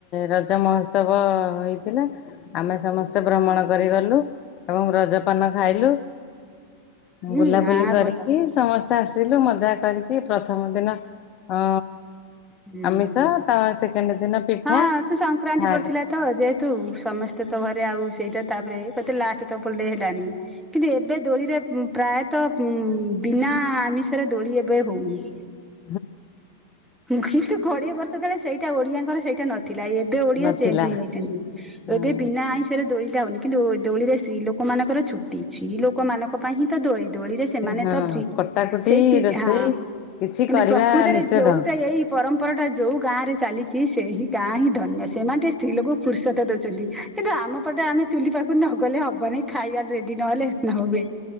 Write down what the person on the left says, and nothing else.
ରଜ ମହୋତ୍ସବ ହୋଇଥିଲା। ଆମେ ସମସ୍ତେ ଭ୍ରମଣ କରିଗଲୁ ଏବଂ ରଜପାନ ଖାଇଲୁ।
ବୁଲାବୁଲି
କରିକି
ସମସ୍ତେ ଆସିଲୁ ମଜା କରିକି ପ୍ରଥମ ଦିନ ଅ
ଆମିଷ ତା ସେକେଣ୍ଡ ଦିନ ପିଠା
ଥାର୍ଡ
ହୁଁ
ନଥିଲା
ହଁ
ହଁ
କଟାକଟି
ରୋଷେଇ
କିଛି
କରିବା
ନିଷେଧ